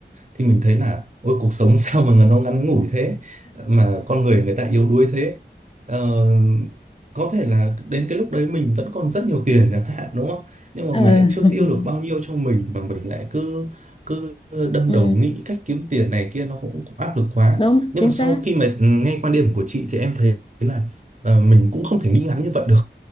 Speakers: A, on the right; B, on the left.
A: thì mình thấy là ôi cuộc sống <laughs> sao mà nó ngắn ngủi thế mà con người người ta yếu đuối thế Ờ, có thể là đến cái lúc đấy mình vẫn còn rất nhiều tiền chẳng hạn đúng không nhưng mà
B: ừ,
A: mình lại chưa tiêu được bao nhiêu
B: <laughs>
A: cho mình mà mình lại cứ cứ đâm
B: ừ.
A: đầu nghĩ cách kiếm tiền này kia nó cũng, cũng áp lực quá
B: đúng
A: nhưng
B: chính
A: mà sau
B: xác
A: khi mà nghe quan điểm của chị thì em thấy là ờ, mình cũng không thể nghĩ ngắn như vậy được